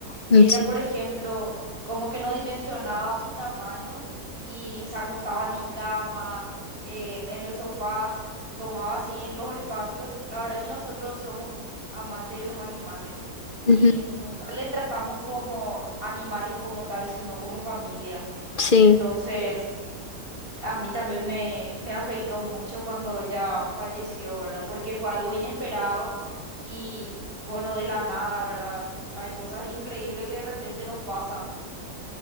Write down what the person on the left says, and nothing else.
Mm, Sí.
Ujú.
Sí,